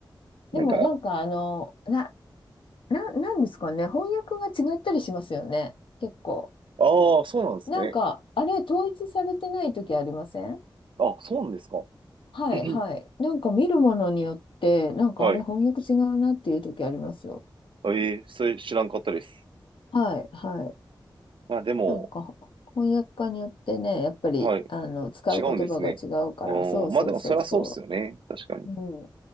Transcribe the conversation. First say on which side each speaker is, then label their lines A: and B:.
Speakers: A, on the left (about 75°); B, on the right (about 75°).
A: う。
B: なんか、
A: でもなんかあの、な、な、なんですかね、翻訳が違ったりしますよね、結構。
B: ああ、そうなんですね。
A: なんか、あれ、統一されてない時ありません
B: あ、そうなんですか。
A: はいはい。
B: <clears throat>
A: なんか見るものによって、なんかあれ、
B: はい。
A: 翻訳違うなっていう時ありますよ。
B: ええそれ知らんかったです。
A: はいはい。
B: まあでも、
A: なんか、翻訳家によってね、やっぱり、
B: はい。
A: あの、使う言葉が違うから、
B: 違うんですね。うーん、
A: そうそうそうそう。
B: まあでもそりゃそうっすよね。確かに。
A: うん、